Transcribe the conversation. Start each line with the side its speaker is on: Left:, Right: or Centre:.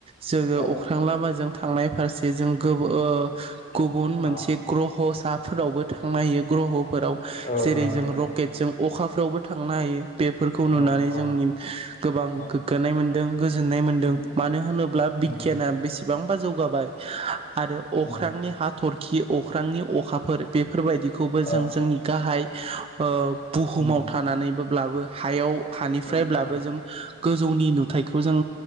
Right: जोङो
Left: औ
Right: अख्रां लामाजों थांनाय फारसे जों गोब ओ गुबुन
Left: औ
Right: मोनसे ग्रह साफोरावबो थांनो हायो। ग्रह फोराव
Left: औ
Right: जेरै
Left: नंगौ
Right: जों
Left: नोंथां
Right: रकेटजों अखाफोरावबो थांनो हायो। बेफोरखौ नुनानै
Left: औ
Right: जोंनि
Left: औ
Right: गोबां
Left: औ
Right: गोग्गानाय मोन दों गोजोन्नाय मोनदों
Left: नंगौ
Right: मानो होनोब्ला बिगियाना
Left: नंगौ
Right: बेसेबांबा जौ गाबाय। <inaudible> आरो अख्रांनि
Left: औ
Right: हाथ'रखि खि अख्रांनि अखाफोर बे फोरबायदिखौबो
Left: औ
Right: जों जोंनि गाहाय ओ बुहुमाव
Left: नंगौ
Right: थानानैबोब्लाबो हायाव हानिफ्रायब्लाबो
Left: औ औ
Right: जों गोजौनि नुथायखौ जों